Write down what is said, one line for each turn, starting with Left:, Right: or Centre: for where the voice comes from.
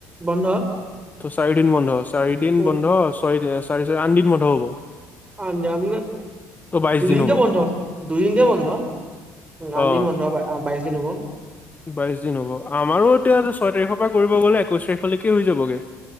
Right: বন্ধ।
Left: ত, চাৰিদিন বন্ধ, চাৰিদিন
Right: উম,
Left: বন্ধ, ছয়, চাৰি, চাৰি আন দিন বন্ধ হ'ব।
Right: অজান,
Left: ত' বাইশ
Right: দুদিনক
Left: দিন হ'ব
Right: বন্ধ, দুদিনকে বন্ধ। আনিম
Left: অ
Right: বন্ধ, বাইশ দিন হ'ব।
Left: বাইশ দিন হ'ব। আমাৰো এতিয়া ছয় তাৰিখৰ পৰা কৰিব গ'লে একৈশ তাৰিখলৈকে হৈ যাবগে।